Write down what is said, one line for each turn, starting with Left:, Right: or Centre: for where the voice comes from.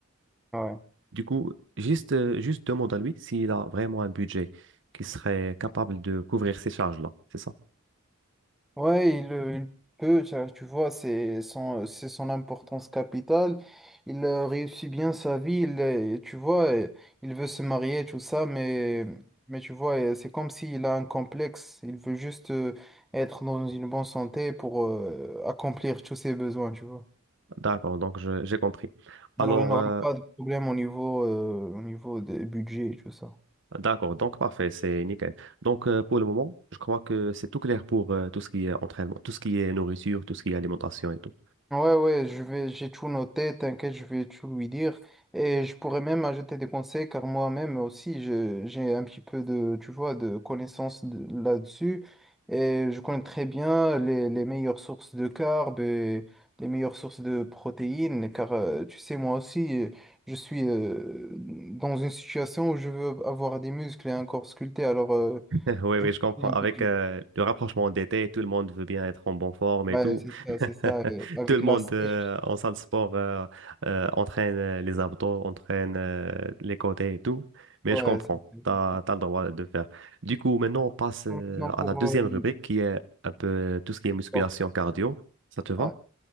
Centre: Ouais,
Right: Du coup, juste, euh, juste demande à lui s'il a vraiment un budget qui serait capable de couvrir ces charges-là. C'est ça?
Centre: ouais il, euh, il peut, ça, tu vois, c'est son, c'est son importance capitale. Il euh, réussit bien sa vie, il, euh, tu vois, euh, il veut se marier, tout ça, mais, mais tu vois, euh, c'est comme s'il a un complexe. Il veut juste euh, être dans une bonne santé pour euh, accomplir tous ses besoins, tu vois.
Right: D'accord, donc je- j'ai compris. Alors,
Centre: Alors, il n'y
Right: euh,
Centre: aura pas de problème au niveau, euh, au niveau des budgets et tout ça.
Right: D'accord, donc parfait, c'est nickel. Donc euh, pour le moment, je crois que c'est tout clair pour euh, tout ce qui est entraînement, tout ce qui est nourriture, tout ce qui est alimentation et tout.
Centre: Ouais, ouais, je vais, j'ai tout noté, t'inquiète, je vais tout lui dire. Et je pourrais même ajouter des conseils, car moi-même aussi, je- j'ai un petit peu de, tu vois, de connaissances de- là-dessus. Et je connais très bien les, les meilleures sources de carbs et les meilleures sources de protéines, car euh, tu sais, moi aussi, euh, je suis euh, dans une situation où je veux avoir des muscles et un corps sculpté. Alors, euh,
Right: <laughs> Oui,
Centre: je
Right: oui,
Centre: me
Right: je comprends.
Centre: connais un
Right: Avec
Centre: peu,
Right: euh, le rapprochement d'été, tout le monde veut bien être en bonne forme
Centre: Ouais,
Right: et tout.
Centre: c'est ça, c'est ça.
Right: <laughs>
Centre: et avec
Right: Tout le monde
Centre: la sèche,
Right: euh, en salle de sport euh, euh, entraîne euh, les abdos, entraîne euh, les côtés et tout. Mais
Centre: ouais.
Right: je comprends,
Centre: c'est- c'est-
Right: tu as,
Centre: c'est-
Right: le droit de faire. Du coup, maintenant, on passe euh,
Centre: Bon, Maintenant pour
Right: à la deuxième
Centre: euh, le
Right: rubrique qui est un peu euh, tout ce qui est musculation
Centre: sport.
Right: cardio. Ça te va?
Centre: Ouais.